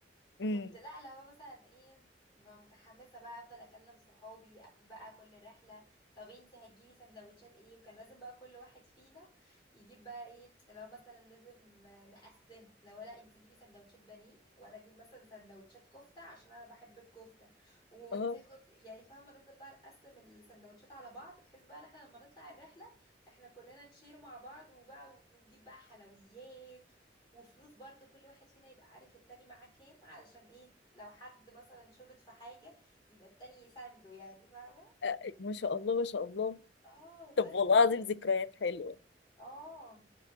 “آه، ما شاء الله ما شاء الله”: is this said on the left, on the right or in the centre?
Left